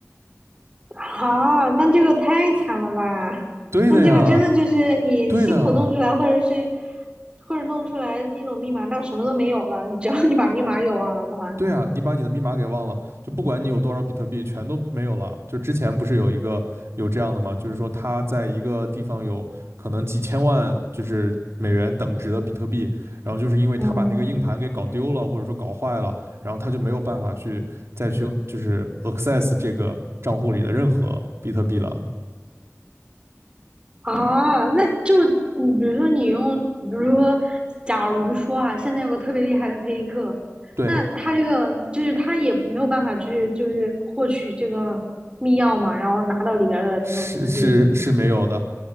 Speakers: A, on the right; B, on the right.
A: 啊，那这个太惨了吧？
B: 对的呀，
A: 那这个真的就是你辛苦弄出来，
B: 对的。
A: 或者是或者弄出来那种密码，那什么都没有了，只要你把密码给忘了的话，
B: 对啊，你把你的密码给忘了，就不管你有多少比特币，全都没有了。就之前不是有一个有这样的吗？就是说他在一个地方有可能几千万，就是美元等值的比特币，然后就是因为他把那个硬盘给搞丢了，
A: 嗯。
B: 或者说搞坏了，然后他就没有办法去再去就是 access 这个账户里的任何比特币了。
A: 啊，那就你比如说你用，比如说，假如说啊，现在有个特别厉害的黑客，
B: 对，
A: 那他这个就是他也没有办法去就是获取这个密钥嘛，然后拿到里边儿的那种比特币什么的
B: 是是是没有的。